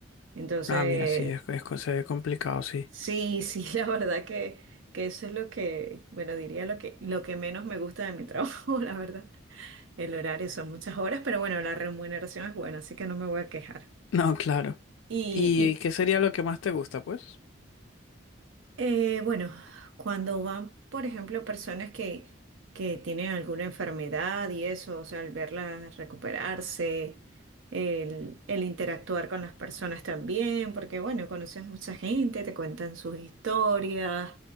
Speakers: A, on the right (about 80°); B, on the left (about 80°).
A: Entonces,
B: Ah, mira, sí, es, es, co- se ve complicado, sí.
A: Sí, sí, <laughs> la verdad que, que eso es lo que, bueno, diría lo que, lo que menos me gusta de mi trabajo, <laughs> la verdad. El horario son muchas horas, pero bueno, la remuneración es buena, así que no me voy a quejar.
B: <laughs> No, claro.
A: Y,
B: ¿Y qué sería lo que más te gusta, pues?
A: Eh, bueno, cuando van, por ejemplo, personas que, que tienen alguna enfermedad y eso, o sea, al verlas recuperarse, el, el interactuar con las personas también, porque bueno, conoces mucha gente, te cuentan sus historias